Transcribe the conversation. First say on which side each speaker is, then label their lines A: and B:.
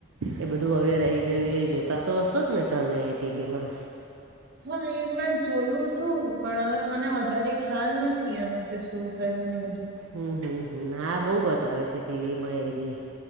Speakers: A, on the right; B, on the right.
A: એ બધું અવેર આઈ ગયું એ જોતા તો હશો જ ને તમે ટીવીમાં?
B: હા એ મેં જોયું હતું પણ હવે મને વધારે ખ્યાલ નથી એનું કે શું થયું ને બધું?
A: હમ હમ હમ હા બહુ બતાવે છે ટીવીમાં એવી